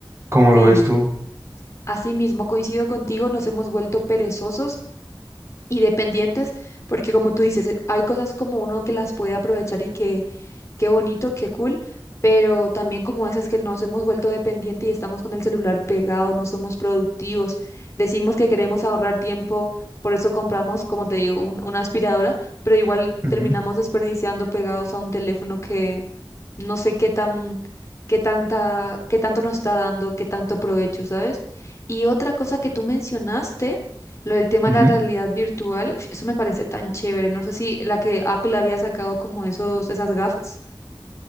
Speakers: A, on the right; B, on the left.
A: ¿Cómo
B: Sí.
A: lo ves tú?
B: así mismo coincido contigo, nos hemos vuelto perezosos y dependientes, porque como tú dices, eh, hay cosas como uno que las puede aprovechar y que qué bonito, qué cool, pero también como esas que nos hemos vuelto dependientes y estamos con el celular pegado, no somos productivos, decimos que queremos ahorrar tiempo, por eso compramos, como te digo, un- una aspiradora, pero igual
A: Ujú,
B: terminamos desperdiciando pegados a un teléfono que no sé qué tan, qué tanta, qué tanto nos está dando, qué tanto provecho, ¿sabes? Y otra cosa que tú mencionaste, lo del tema
A: ujú.
B: de la realidad virtual, uf, eso me parece tan chévere. No sé si la que Apple había sacado como esos, esas gafas.